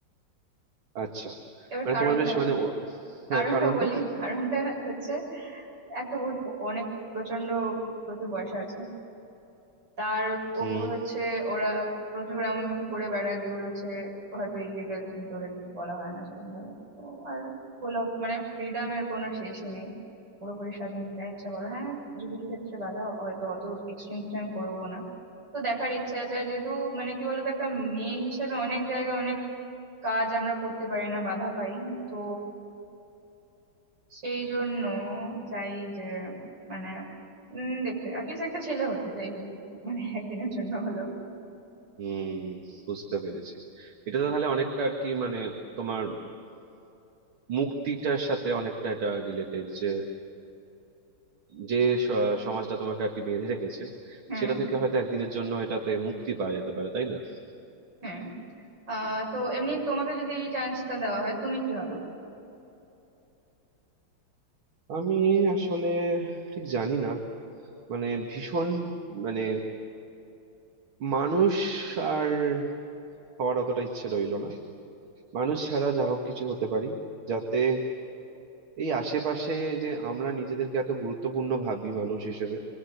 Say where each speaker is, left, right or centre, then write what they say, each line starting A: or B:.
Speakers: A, on the right; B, on the right.
A: আচ্ছা
B: এবার
A: মানে
B: কারণটা
A: তোমার বেশ মানে ও-
B: কারণটা
A: হ্যাঁ কারণটা
B: বলি কারণটা হচ্ছে এক তো বহুত প- অনেক প্রচন্ড প্রচুর পয়সা আছে তার
A: হুম
B: উপর হচ্ছে ওরা প্রচুর এমন কিছু করে বেড়ায় যেগুলো হচ্ছে হয়তো ইলিগাল কিন্তু ওদের কিছু বলা হয় না সেরকম ভাবে তো আর ফুল অফ মানে ফ্রিডমের কোনো শেষই নেই পুরোপুরি স্বাধীন যা ইচ্ছা করো হ্যাঁ কিছু কিছু ক্ষেত্রে বাধা হয়তো অত এক্সট্রিম কিছু আমি করবো না তো দেখার ইচ্ছা আছে আর যেহেতু মানে কি বলতো একটা মেয়ে হিসেবে অনেক জায়গায় অনেক কাজ আমরা করতে পারি না বাধা পাই তো সেই জন্য চাই যে মানে উম দেখতে অ্যাটলিস্ট একটা ছেলে হতে যাই হোক মানে একদিনের জন্য হলো
A: হুম বুঝতে পেরেছি এটা তো তাহলে অনেকটা আর কি মানে তোমার মুক্তিটার সাথে অনেকটা এটা রিলেটেড যে যে স- সমাজটা তোমাকে আর কি বেঁধে রেখেছে
B: হুম
A: সেটা থেকে হয়তো একদিনের জন্য এটাতে মুক্তি পাওয়া যেতে পারে তাই না
B: হুম আহ তো এমনি তোমাকে যদি এই চান্সটা দেওয়া হয় তুমি কি হবে
A: আমি আসলে ঠিক জানি না মানে ভীষণ মানে মানুষ আর হওয়ার অতটা ইচ্ছে রইলো না মানুষ ছাড়া যা হোক কিছু হতে পারি যাতে এই আশেপাশে যে আমরা নিজেদেরকে এত গুরুত্বপূর্ণ ভাবি মানুষ হিসেবে